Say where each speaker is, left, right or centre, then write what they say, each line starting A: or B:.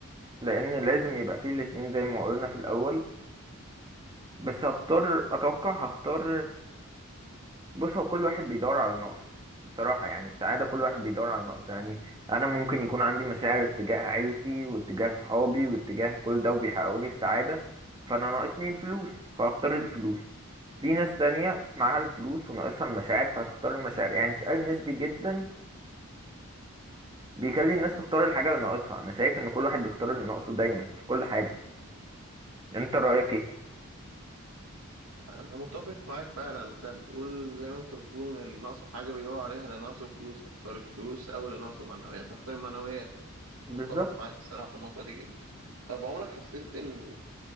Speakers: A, on the right; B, on the right.
A: لان لازم يبقى فيه الاتنين زي ما قلنا في الاول بس هختار اتوقع هختار بص هو كل واحد بيدور على نقصه بصراحة يعني السعادة كل واحد بيدور على نقصه يعني انا ممكن يكون عندي مشاعر اتجاه عيلتي واتجاه صحابي واتجاه كل ده وبيحققوا لي السعادة فانا ناقصني الفلوس فهختار الفلوس في ناس تانية معاها الفلوس وناقصها المشاعر فهتختار المشاعر يعني سؤال نسبي جدا بيخلي الناس تختار الحاجة اللي ناقصها أنا شايف إن كل واحد بيختار اللي ناقصه دايما في كل حاجة أنت رأيك إيه؟
B: انا متفق معاك فعلا انت بتقول زي ما انت بتقول ان اللي ناقصه حاجه بيدور عليها اللي ناقصه فلوس هيختار الفلوس او اللي ناقصه معنويات هيختار المعنويات
A: بالظبط
B: متفق معاك الصراحه في النقطه دي جدا طب عمرك حسيت ان